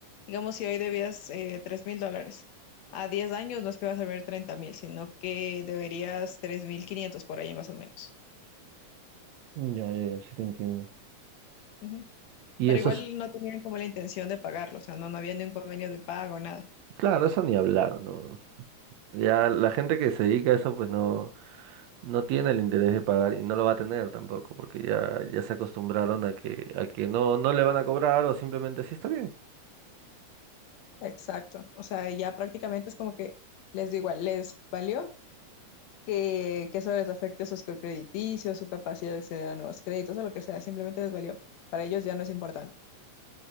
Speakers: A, on the left; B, on the right.
A: digamos, si hoy debías eh, tres mil dólares, a 10 años no es que vas a ver treinta mil, sino que deberías 3.500 por ahí más o menos.
B: Ya, ya, ya, sí te entiendo.
A: Ujú.
B: Y
A: Pero
B: eso
A: igual
B: es,
A: no tenían como la intención de pagarlo, o sea, no, no había ni un convenio de pago, nada.
B: Claro, eso ni hablar, ¿no? Ya la gente que se dedica a eso, pues no, no tiene el interés de pagar y no lo va a tener tampoco, porque ya, ya se acostumbraron a que, a que no, no le van a cobrar o simplemente sí está bien.
A: Exacto, o sea, ya prácticamente es como que les digo igual, les valió que, que eso les afecte su score crediticio, su capacidad de acceder a nuevos créditos o lo que sea, simplemente les valió. Para ellos ya no es importante.